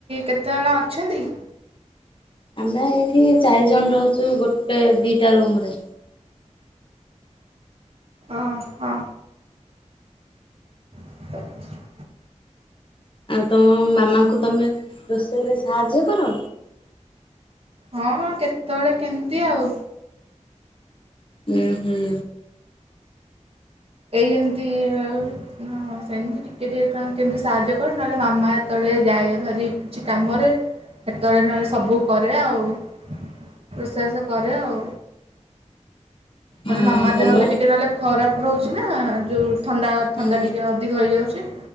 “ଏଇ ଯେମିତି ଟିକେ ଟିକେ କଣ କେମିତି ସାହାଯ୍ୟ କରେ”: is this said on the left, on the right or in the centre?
Right